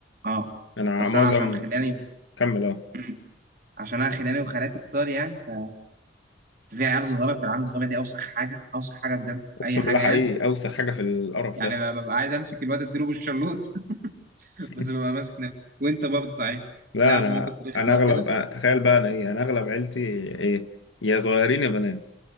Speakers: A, on the right; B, on the left.
A: اه
B: أنا
A: بس
B: معظم
A: انا عشان خلاني
B: كمل أه
A: مم. عشان انا خلاني وخالاتي كتار يعني ف- ففي عيال صغيرة فالعيال الصغيرة دي اوسخ حاجة اوسخ حاجة بجد في
B: أقسم
A: اي
B: بالله
A: حاجة
B: حقيقي
A: يعني
B: أوسخ حاجة في القرف
A: يعني
B: ده
A: ب- ببقى عايز امسك الواد اديله بالشلوط <laughs>
B: <laughs>
A: بس ببقى ماسك نفسي وانت برضه صحيح
B: لا
A: لا
B: أنا
A: مواقف رخمة
B: أنا أغلب
A: وكده
B: آه، تخيل بقى أنا إيه أنا أغلب عيلتي إيه يا صغيرين يا بنات